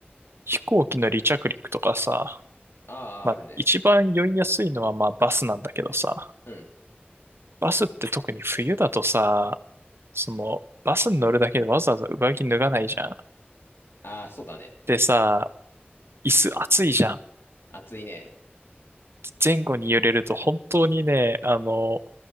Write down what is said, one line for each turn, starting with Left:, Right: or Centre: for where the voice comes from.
Right: 飛行機の離着陸とかさ、
Left: ああ、
Right: まあ、
Left: あるね。
Right: 一番酔いやすいのはまあバスなんだけどさ、
Left: うん。
Right: バスって特に冬だとさ、その、バスに乗るだけでわざわざ上着脱がないじゃん。
Left: ああ、そうだね。
Right: でさ、椅子暑いじゃん。
Left: 暑いね。
Right: 前後に揺れると本当にね、あの、